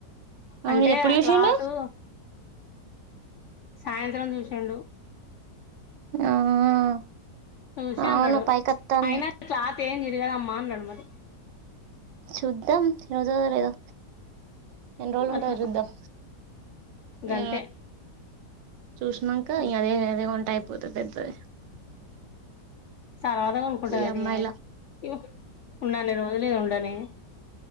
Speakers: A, on the right (about 85°); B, on the left (about 70°).
A: అవునుది
B: అంటే
A: ఎప్పుడు విషంద
B: క్లాసు ఆ సాయంత్రం చూసండు
A: ఆ
B: చూసి
A: అవును
B: అన్నాడు
A: పైకత్తాంది
B: అయినా క్లాత్ ఏం జిరగలమ్మా అనుమది
A: శుద్ధం రోజ లేదో ఎన్ని రోజులు ఉంటారు
B: అట్లా
A: చూద్దాం ఆ
B: గంతే
A: చూసినాక
B: చూసి
A: ఇ అదే అదే ఉంటాయి పెద్దే
B: తర్వాత అనుకుంటాం
A: ఈ
B: అది
A: అమ్మాయిల
B: ఏమ ఇ ఉండి రోజులుద ఉండని